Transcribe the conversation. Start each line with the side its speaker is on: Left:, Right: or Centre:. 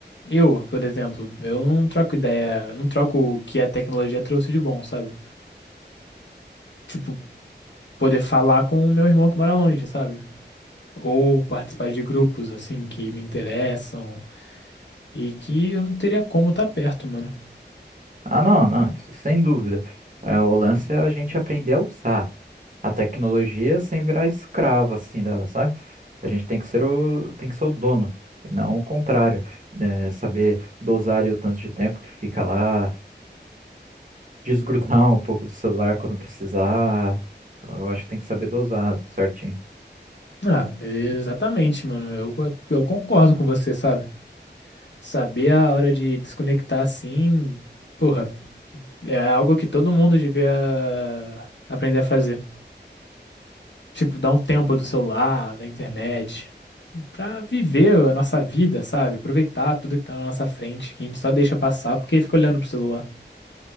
Left: eu, por exemplo, eu não troco ideia, não troco o que a tecnologia trouxe de bom, sabe? Tipo, poder falar com o meu irmão que mora longe, sabe? Ou participar de grupos, assim, que me interessam e que eu não teria como estar perto, mano.
Right: Ah, não, não, isso sem dúvida. Eh, o lance é a gente aprender a usar a tecnologia sem virar escravo, assim, dela, sabe? A gente tem que ser o, tem que ser o dono, e não o contrário. Eh, saber dosar ali o tanto de tempo que fica lá desgrudar um pouco do celular quando precisar. Eu acho que tem que saber dosar certinho.
Left: Ah, exatamente, mano. Eu, eu concordo com você, sabe? Saber a hora de desconectar assim, porra, é algo que todo mundo devia aprender a fazer. Tipo, dar um tempo do celular, da internet, pra viver a nossa vida, sabe? Aproveitar tudo que tá na nossa frente, que a gente só deixa passar porque fica olhando pro celular.